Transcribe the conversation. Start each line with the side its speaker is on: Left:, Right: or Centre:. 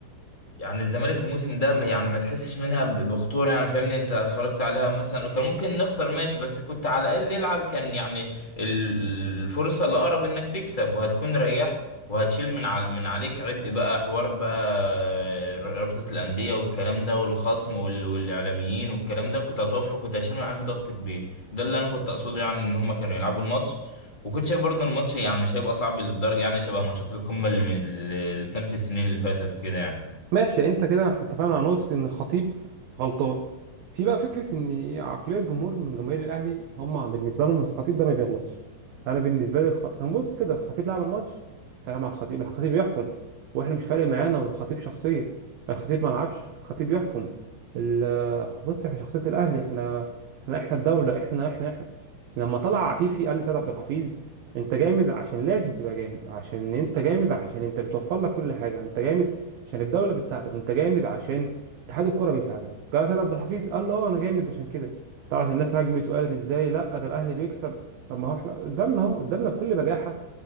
Left: يعني الزمالك الموسم ده ما- يعني ما تحسش منها ب- بخطورة يعني فاهمني انت اتفرجت عليها مثلا وكان ممكن نخسر ماشي بس كنت على الأقل يلعب كان يعني ال- الفرصة اللي أقرب انك تكسب وهتكون ريحت وهتشيل من على من عليك عبء بقى حوار بقى رابطة الأندية والكلام ده والخصم وال... والإعلاميين والكلام ده كنت هتوفى كنت هتشيل من عليك ضغط كبير ده اللي أنا كنت أقصده يعني إن هما كانوا يلعبوا الماتش وكنت شايف برضه الماتش يعني مش هيبقى صعب للدرجة يعني شبه ماتشات القمة اللي, اللي كانت في السنين اللي فاتت وكده يعني
Right: ماشي يعني انت كده احنا اتفقنا على نقطة ان الخطيب غلطان في بقى فكرة ان عقلية الجمهور من جماهير الاهلي هم بالنسبة لهم الخطيب ده ما بيغلطش انا بالنسبة لي الخطيب كان بص كده الخطيب لعب الماتش سلام على الخطيب الخطيب يحكم واحنا مش فارق معانا والخطيب شخصية الخطيب ما لعبش الخطيب يحكم ال- بص احنا شخصية الاهلي احنا احنا احنا الدولة احنا احنا احنا لما طلع عفيفي قال لسيد عبد الحفيظ انت جامد عشان لازم تبقى جامد عشان انت جامد عشان انت بتوفر لك كل حاجة انت جامد عشان الدوله بتساعدك انت جامد عشان اتحاد الكوره بيساعدك جاله سيد عبد الحفيظ قال له اه انا جامد عشان كده طلعت الناس هجمت وقالت ازاي لا ده الاهلي بيكسب طب ما هو احنا قدامنا اهو قدامنا بكل بجاحه